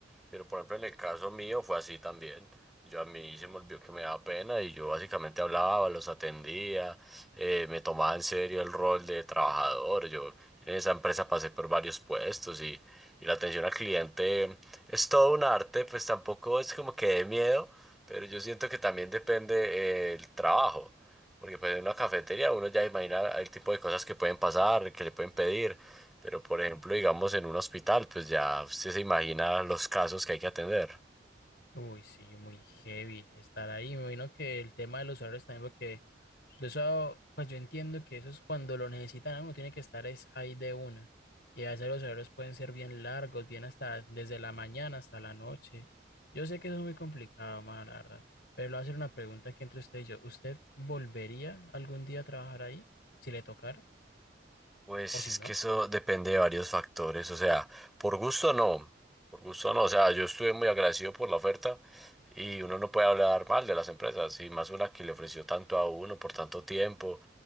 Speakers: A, in the centre; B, on the left.
A: Pero por ejemplo, en el caso mío fue así también. Yo a mí se me olvidó que me daba pena y yo básicamente hablaba, los atendía, eh, me tomaba en serio el rol de trabajador. Yo en esa empresa pasé por varios puestos y, y la atención al cliente es todo un arte, pues tampoco es como que de miedo, pero yo siento que también depende eh, el trabajo. Porque pues en una cafetería uno ya imagina el tipo de cosas que pueden pasar, que le pueden pedir. Pero por ejemplo, digamos en un hospital, pues ya usted se imagina los casos que hay que atender.
B: Uy, sí, muy heavy estar ahí. Me imagino que el tema de los horarios también, porque eso, pues yo entiendo que eso es cuando lo necesitan, ¿no? uno tiene que estar es ahí de una. Y a veces los horarios pueden ser bien largos, bien hasta desde la mañana hasta la noche. Yo sé que eso es muy complicado, mano, la verdad. Pero le voy a hacer una pregunta aquí entre usted y yo. ¿Usted volvería algún día a trabajar ahí, si le tocara
A: Pues
B: o si
A: es
B: no?
A: que eso depende de varios factores, o sea, por gusto no, por gusto no, o sea, yo estuve muy agradecido por la oferta y uno no puede hablar mal de las empresas y más una que le ofreció tanto a uno por tanto tiempo,